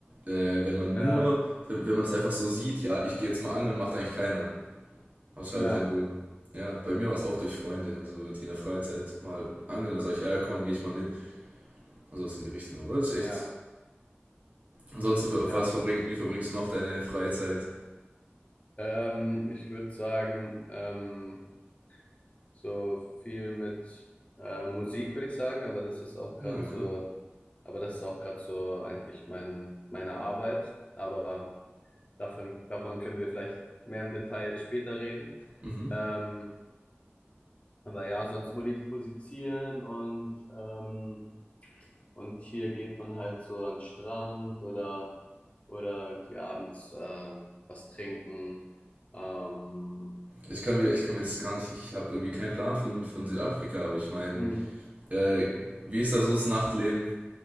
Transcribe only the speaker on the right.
äh, wenn man
nur, wenn, wenn man das einfach so sieht, ja, ich gehe jetzt mal angeln, macht eigentlich keiner. Außer
halt, wenn du, ja, bei mir war es auch durch Freunde, also die in der Freizeit mal angeln, dann sag ich, ah, ja, komm, gehe ich mal mit. Und sowas in die Richtung. Aber das ist
echt. Ansonsten,
was verbring, wie verbringst du noch deine freie Zeit?
Ah,
cool.
Mhm.
Ich kann mir, ich kann mir das gar nicht, ich habe irgendwie keinen Plan von, von Südafrika, aber ich meine,
äh, wie ist da so das Nachtleben?